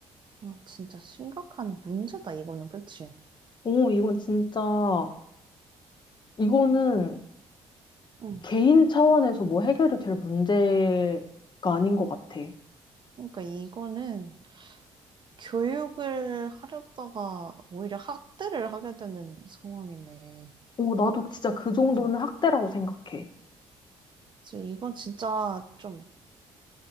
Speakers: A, on the right; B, on the left.
A: 아, 진짜 심각한 문제다, 이거는, 그치?
B: 오 이건 진짜, 이거는
A: 응.
B: 개인 차원에서 뭐 해결이 될 문제가 아닌 것 같아.
A: 그러니까 이거는 교육을 하려다가 오히려 학대를 하게 되는 상황이네.
B: 어, 나도 진짜 그 정도는
A: 그죠?
B: 학대라고 생각해.
A: 그래서 이건 진짜 좀